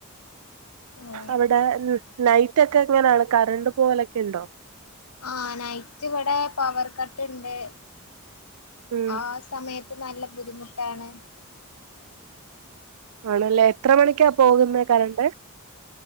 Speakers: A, on the left; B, on the right.
A: ഓ
B: അവടെ നൈറ്റെക്കെ എങ്ങെനാണ്? കരണ്ട് പോലെക്കെണ്ടോ?
A: ആഹ് നൈറ്റിവടെ പവർ കട്ടുണ്ട്
B: ഉം
A: ആ സമയ ത്ത് നല്ല ബുദ്ധിമുട്ടാണ്
B: ആണല്ലേ എത്ര മണിക്കാ പോകുന്നേ കരണ്ട്?